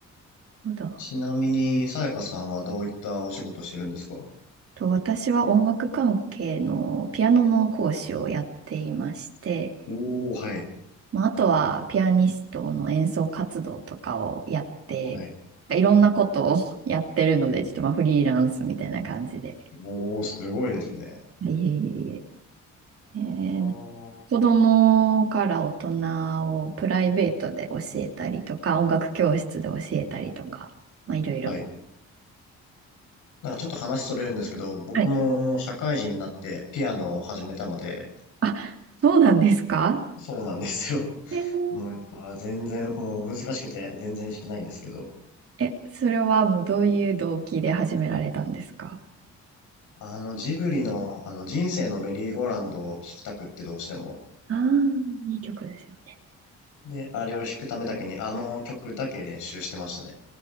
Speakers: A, on the right (about 50°); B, on the left (about 85°).
A: ほど
B: ちなみに、さやかさんはどういったお仕事してるんですか
A: と私は音楽関係のピアノの講師をやっていまして、
B: おー、はい。
A: まあ、あとはピアニストの演奏活動とかをやって、
B: はい。
A: いろんなことを <laughs> やってるので、ちょっとまあフリーランスみたいな感じで。
B: おー、すごいですね。
A: いえいえいえ。
B: あー
A: えー子供から大人をプライベートで教えたりとか、音楽教室で教えたりとか、まあいろいろ。
B: はい。なんかちょっと話それるんですけど、僕も社会人になってピアノを始めたので、
A: はい。あ、そうなんですか
B: そうなんですよ。
A: えー
B: もうやっぱ全然、もう難しくて全然弾けないんですけど、
A: え、それはもうどういう動機で始められたんですか
B: あのジブリのあの人生のメリーゴーランドを弾きたくってどうしても。
A: ああー、いい曲ですよね。
B: で、あれを弾くためだけにあの曲だけ練習してましたね。